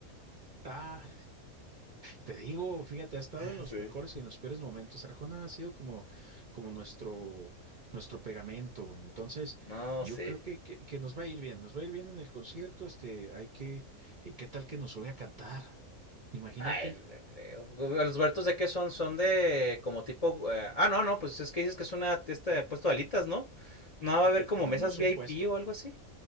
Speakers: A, on the right; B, on the left.
A: Ah, Te digo, fíjate, ha estado
B: <laughs>
A: en los
B: Sí.
A: mejores y en los peores momentos. Arjona ha sido como, como nuestro, nuestro pegamento. Entonces,
B: No,
A: yo
B: sí.
A: creo que, que, que nos va a ir bien, nos va a ir bien en el concierto. Este, hay que, eh, ¿qué tal que nos sube a cantar? Imagínate.
B: Ay, no creo. ¿Los huertos de qué son? Son de como tipo... eh, ah, no, no, pues es que dices que es una este puesto de alitas, ¿no? No va a haber
A: Eh,
B: como
A: No,
B: mesas
A: no es
B: VIP
A: un puesto,
B: o algo así.